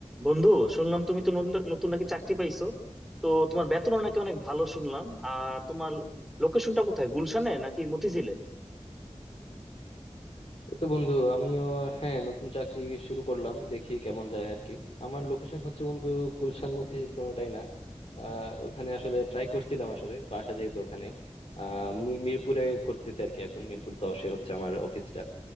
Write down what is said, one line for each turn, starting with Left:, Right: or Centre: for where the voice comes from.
Centre: বন্ধু শুনলাম তুমি তো নতুন নতুন নাকি চাকরি পাইছো তো তোমার বেতনও নাকি অনেক ভালো শুনলাম আর তোমার লোকেশনটা কোথায় গুলশানে নাকি মতিঝিলে
Left: তো বন্ধু আমিও হ্যাঁ নতুন চাকরি শুরু করলাম দেখি কেমন যায় আর কি আমার লোকেশন হচ্ছে বন্ধু গুলশান মতিঝিল কোনোটাই না আহ ওখানে আসলে ট্রাই করছিলাম আসলে বাসা যেহেতু ওখানে আহ মি- মিরপুরে করতেছি আর কি এখন মিরপুর দশে হচ্ছে আমার অফিসটা